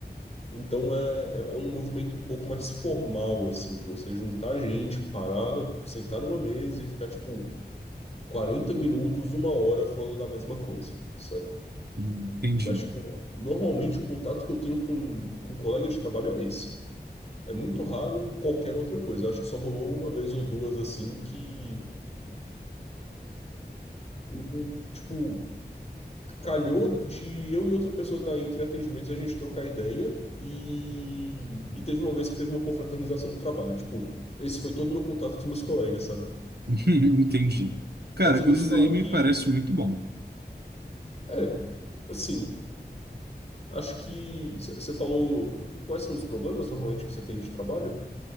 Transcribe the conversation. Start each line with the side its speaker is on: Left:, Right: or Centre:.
Left: Então é, é é um movimento um pouco mais formal, assim, de você juntar gente, parar, sentar numa mesa e ficar, tipo, 40 minutos, uma hora falando da mesma coisa, sabe?
Right: entendi,
Left: Mas, tipo, normalmente o contato que eu tenho com, com colega de trabalho é esse. É muito raro qualquer outra coisa. Eu acho que só rolou uma vez ou duas assim que, em- em- tipo, calhou de eu e outra pessoa estar entre atendimentos e a gente trocar ideia. E, e teve uma vez que teve uma confraternização do trabalho. Tipo, esse foi todo o meu contato com os meus colegas, sabe?
Right: <laughs> entendi. Cara,
Left: Mas eu vou
Right: isso
Left: te falar
Right: aí me
Left: que.
Right: parece muito bom.
Left: É, assim, acho que. Você falou. qu- Quais são os problemas normalmente que você tem de trabalho?